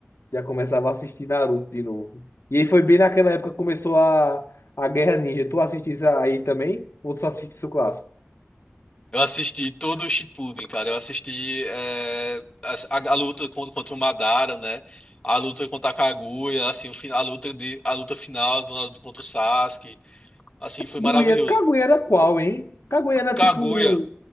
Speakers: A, on the left; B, on the left.
A: já começava a assistir Naruto de novo. E aí foi bem naquela época que começou a, a Guerra Ninja. Tu assistisse aí também? Ou tu só assistisse o clássico?
B: Eu assisti todo o Shippuden, cara. Eu assisti eh, a, a- a luta contra, contra o Madara, né? A luta contra a Kaguya, assim, o, fi- a luta de, a luta final do Naruto contra o Sasuke. Assim, foi
A: Kaguya,
B: maravilhoso.
A: Kaguya era qual, hein? Kaguya era
B: Kaguya
A: tipo.